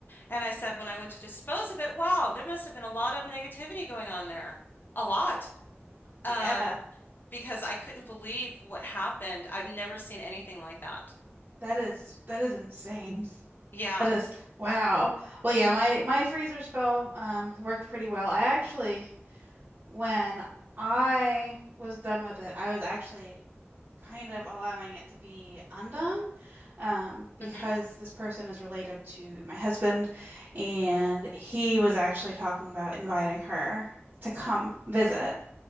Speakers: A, on the left (about 45°); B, on the right (about 40°).
A: And I said, when I went to dispose of it, wow, there must have been a lot of negativity going on there. A lot. Um,
B: Yeah.
A: because I couldn't believe what happened. I've never seen anything like that.
B: That is that is insane. <laughs>
A: Yeah.
B: That is wow. Well, yeah, my my freezer spell um worked pretty well. I actually when I was done with it, I was actually kind of allowing it to be undone um because
A: hmm
B: this person is related to my husband and he was actually talking about inviting her to come visit.